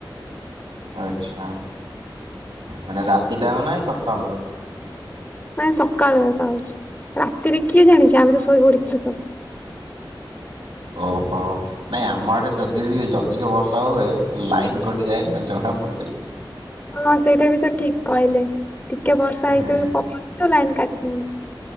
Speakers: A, on the right (about 85°); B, on the left (about 20°).
A: ଆଛା ମାନେ ରାତିଟାକ ନାଇଁ ସକାଳୁ।
B: ନାଇଁ ସକାଳୁ ଏ ହଉଛି ରାତିରେ କିଏ ଜାଣିଛି ଆମେ ତ ଶୋଇ ପଡିଥିଲୁ ସବୁ। <inaudible>
A: ଓ ହୋ। ନାଇଁ ଆମ ଆଡେ ଯଦି ବି ଯଦି ଓ ବର୍ଷା ହୁଏ ଲାଇନ୍ କଟିଯାଏ ନା ଜଣା ପଡୁଚି।
B: ହଁ ସେଇଟା ବି ତ ଠିକ୍ କହିଲେ ଟିକେ ବର୍ଷା
A: ହୁଁ
B: ହେଇଥିବ ପବନ ହେଇଥିବ ଲାଇନ୍ କାଟିଦିଅନ୍ତି।